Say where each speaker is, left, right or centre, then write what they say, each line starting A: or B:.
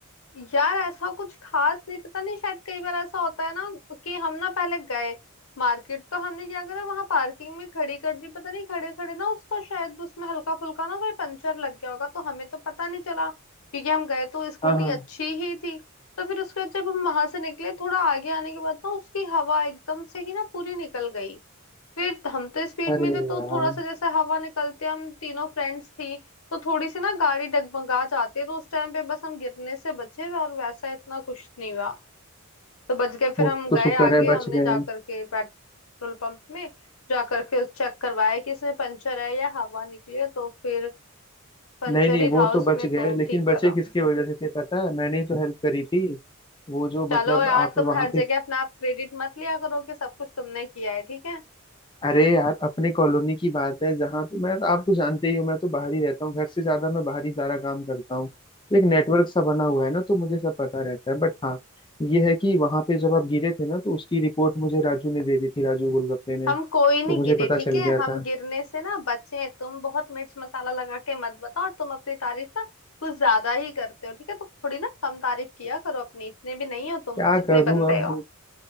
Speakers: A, on the left; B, on the left.
A: यार ऐसा कुछ खास नहीं पता नहीं शायद कई बार ऐसा होता है ना कि हम ना पहले गए मार्केट तो हमने क्या करा वहां पार्किंग में खड़ी कर दी पता नहीं खड़े खड़े ना उसका शायद उसमें हल्का फुल्का ना कोई पंचर लग गया होगा तो हमें तो पता नहीं चला क्योंकि हम गए तो स्कूटी
B: हाँ हाँ
A: अच्छी ही थी तो फिर उसके बाद जब हम वहां से निकले थोड़ा आगे आने के बाद ना उसकी हवा एकदम से ही ना पूरी निकल गई फिर हम तो स्पीड
B: अरे
A: में थे तो
B: यार
A: थोड़ा सा जैसे हवा निकलते हम तीनों फ्रेंड्स थी तो थोड़ी सी ना गाड़ी डगमगा जाती है तो उस टाइम पे बस हम गिरने से बचे और वैसा इतना कुछ नहीं हुआ तो बच गए फिर
B: वो
A: हम
B: तो
A: गए
B: शुक्र
A: आगे
B: है
A: हमने
B: बच गए
A: जा करके पेट्रोल पंप में जा करके चेक करवाया कि इसमें पंचर है या हवा निकली है तो फिर पंचर
B: नहीं नहीं
A: ही
B: वो
A: था उसमें
B: तो बच गए
A: तो
B: लेकिन
A: ठीक
B: बचे
A: करा
B: किसके वजह से थे पता है मैंने ही तो हेल्प करी थी वो जो
A: चलो
B: मतलब
A: यार
B: आप
A: तुम
B: वहां
A: हर जगह
B: पे
A: अपना आप क्रेडिट मत लिया करो कि सब कुछ तुमने किया है ठीक है
B: अरे यार अपने कॉलोनी की बात है जहाँ तो मैं आप तो जानते ही हो मैं तो बाहर ही रहता हूँ घर से ज्यादा मैं बाहर ही सारा काम करता हूँ तो एक नेटवर्क सा बना हुआ है ना तो मुझे सब पता रहता है बट हाँ ये है कि वहां पे जब आप गिरे थे ना तो उसकी रिपोर्ट मुझे राजू ने दे दी थी राजू गोलगप्पे ने
A: हम
B: तो
A: कोई नहीं
B: मुझे
A: गिरे
B: पता
A: ठीक
B: चल
A: है
B: गया
A: हम
B: था
A: गिरने से ना बचे तुम बहुत मिर्च मसाला लगा के मत बताओ और तुम अपनी तारीफ ना कुछ ज्यादा ही करते हो ठीक है तो थोड़ी ना कम तारीफ किया करो अपनी इतने भी नहीं हो तुम
B: क्या
A: जितने
B: करूँ
A: बनते
B: अब
A: हो